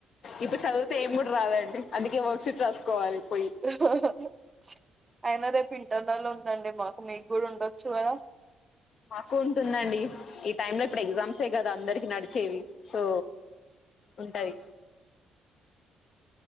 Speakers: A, on the left; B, on the right.
A: ఇప్పుడు చదివితే ఏం కూడా రాదండి అందుకే వర్క్ షీట్ రాసుకోవాలి
B: -
A: పోయి
B: <inaudible> అయినా రేపు ఇంటర్న లో ఉందండి మాకు మీకు కూడా ఉండొచ్చు కదా
A: మాకు ఉంటుందండి ఈ టైం లో ఇప్పుడు ఎగ్జామ్సే కదా అందరికి నడిచేవి సో ఉంటది